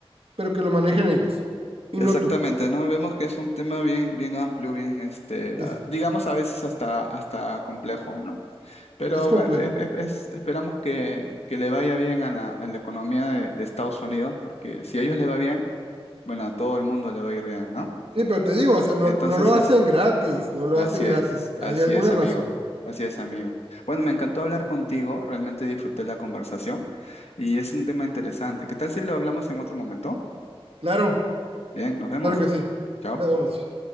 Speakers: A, on the right (about 60°); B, on the left (about 80°).
A: pero que lo manejen ellos y
B: Exactamente,
A: no tú.
B: ¿no? Vemos que es un tema bien, bien amplio, bien, este,
A: Entonces,
B: ah, digamos a veces hasta, hasta complejo, ¿no? Pero
A: es complejo.
B: bueno, es- es- es- esperamos que, que le vaya bien a la, a la economía de, de Estados Unidos, porque si a ellos le va bien, bueno, a todo el mundo le va a ir bien, ¿no?
A: Sí, pero te
B: En-
A: digo, o sea, no,
B: entonces,
A: no lo hacen
B: es,
A: gratis, no lo
B: así
A: hacen gratis.
B: es, así
A: Hay alguna
B: es,
A: razón.
B: amigo, así es, amigo. Bueno, me encantó hablar contigo, realmente disfruté la conversación y es un tema interesante. ¿Qué tal si lo hablamos en otro momento?
A: Claro,
B: Bien, nos vemos.
A: claro que sí.
B: Chao.
A: Ya nos vemos.